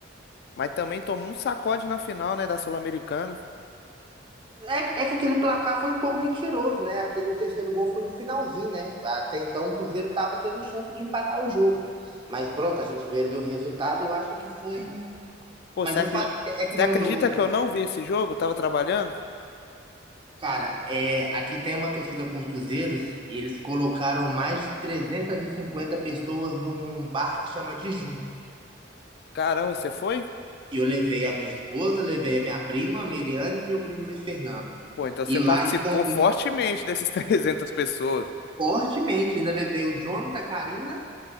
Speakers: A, on the left; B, on the right.
A: mas também tomou um sacode na final, né, da Sul-Americana.
B: É, é que aquele placar foi um pouco mentiroso, né? Aquele, o terceiro gol foi no finalzinho, né? Até então o Cruzeiro tava tendo chance de empatar o jogo. Mas pronto, a gente vê ali o resultado, acha que foi um.
A: Pô,
B: Mas
A: você
B: o
A: acre-
B: fato é que
A: você
B: não
A: acredita
B: jogou bem.
A: que eu não vi esse jogo? Eu Tava trabalhando?
B: Cara, é, aqui tem uma torcida portuzeiros, e eles colocaram mais de 350 pessoas num bar que chama Dijum.
A: Caramba, você foi?
B: E eu levei a minha esposa, levei a minha prima, a Miriane e meu primo Luiz Fernando.
A: Pô, então você
B: E
A: <laughs> participou
B: lá encon-
A: fortemente dessas <laughs> trezentas pessoas.
B: Fortemente, ainda levei o Jonathan, Karina